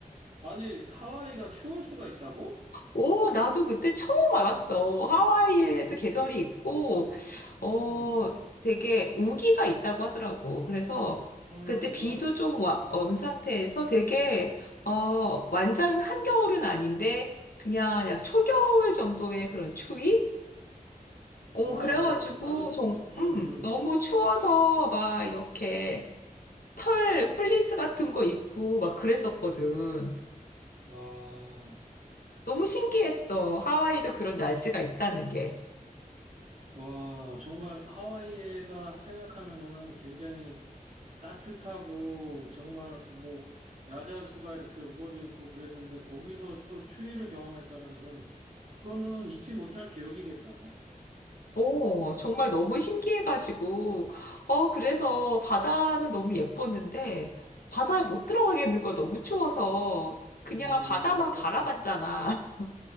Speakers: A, on the right; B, on the left.
A: 아니, 하와이가 추울 수가 있다고?
B: 오, 나도 그때 처음 알았어. 하와이에도
A: 음,
B: 계절이 있고, 어,
A: 음,
B: 되게 우기가 있다고 하더라고. 그래서
A: 음,
B: 그때 비도
A: 음.
B: 좀 와, 온 상태에서 되게, 어, 완전 한겨울은 아닌데, 그냥 약 초겨울 정도의 그런 추위? 어,
A: 와우,
B: 그래가지고,
A: 나는,
B: 좀,
A: 음,
B: 음,
A: 음.
B: 너무 추워서 막 이렇게 털, 플리스 같은 거 입고 막 그랬었거든.
A: 와,
B: 너무 신기했어. 하와이도 그런 날씨가 있다는 게.
A: 와, 정말 하와이가 생각하면은 굉장히 따뜻하고 정말 뭐 야자수가 이렇게 우거져 있고 그랬는데 거기서 또 추위를 경험했다라는 건 그거는 잊지 못할 기억이겠다.
B: 오, 정말 너무 신기해가지고, 어, 그래서 바다는 너무 예뻤는데, 바다에 못 들어가겠는 거 너무 추워서, 그냥
A: 음,
B: 바다만
A: 그렇구나.
B: 바라봤잖아. <laughs>